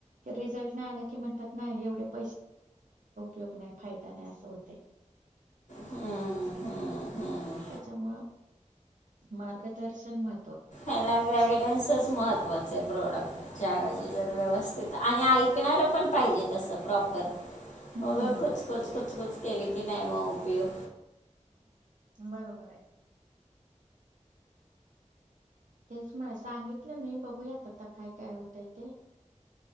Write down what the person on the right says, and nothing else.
आता रिझल्ट नाही आला की म्हनतात नय एवढे <unintelligible> ग नाही फायदा नाही असं होते
त्याच्यामुळ मार्गदर्शन म
हम्म
बरोबर आहे तेच म्हणा सांगितलं मी बघूयात आता काय काय होतय ते